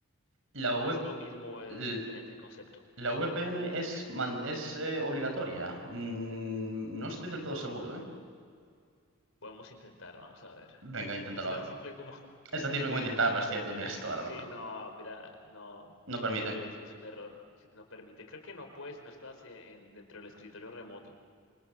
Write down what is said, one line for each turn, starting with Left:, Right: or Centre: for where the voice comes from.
Right: la
Left: ¿O
Right: V-
Left: no es lo mismo, es
Right: l-
Left: diferente el concepto?
Right: la VPN es, man- es eh, obligatoria. Mm, no estoy del todo seguro, ¿eh?
Left: Podemos intentar, vamos a ver.
Right: Venga,
Left: <laughs>
Right: inténtalo
Left: Es
Right: a
Left: tan
Right: ver.
Left: simple como...
Right: Esta tiene que
Left: <laughs>
Right: intentarlo, es cierto, tienes toda la
Left: Sí,
Right: razón.
Left: no, mira, no,
Right: No permite.
Left: es, es un error si no permite. Creo que no puedes si no estás en, dentro del escritorio remoto.